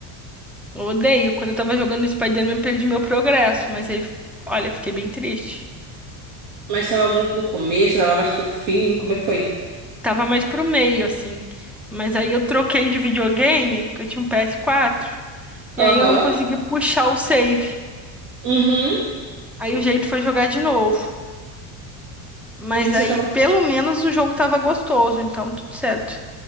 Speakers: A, in the centre; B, on the right (about 40°).
A: Eu odeio. Quando eu tava jogando Spider-Man, perdi meu progresso, mas aí, olha, fiquei bem triste.
B: Mas tava muito no começo, tava bastante o fim, como é que foi?
A: Tava mais pro meio, assim. Mas aí eu troquei de videogame, que eu tinha um ps quatro
B: Aham.
A: E aí eu não consegui puxar o save.
B: Uhum.
A: Aí o jeito foi jogar de novo. Mas
B: Em vez
A: aí,
B: de eu tava.
A: pelo menos, o jogo tava gostoso, então tudo certo.